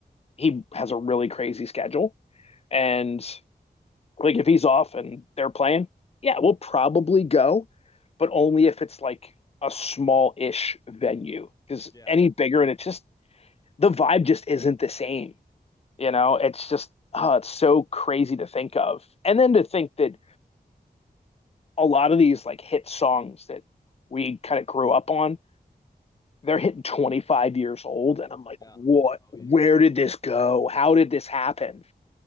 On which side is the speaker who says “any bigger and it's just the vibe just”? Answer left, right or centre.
Left